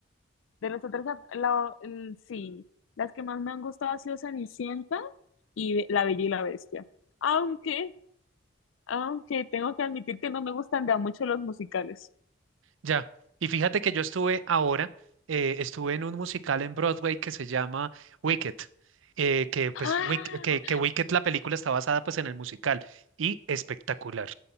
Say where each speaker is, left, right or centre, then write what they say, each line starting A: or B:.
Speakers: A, on the left; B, on the right.
A: De las otras, a- la- el- sí, las que más me han gustado ha sido Cenicienta y Be- La Bella y la Bestia. Aunque, aunque tengo que admitir que no me gustan ya mucho los musicales.
B: Ya, y fíjate que yo estuve ahora, eh, estuve en un musical en Broadway que se llama Wicked, eh, que pues
A: Ah,
B: Wick- que, que Wicked la película está basada pues en el musical y espectacular,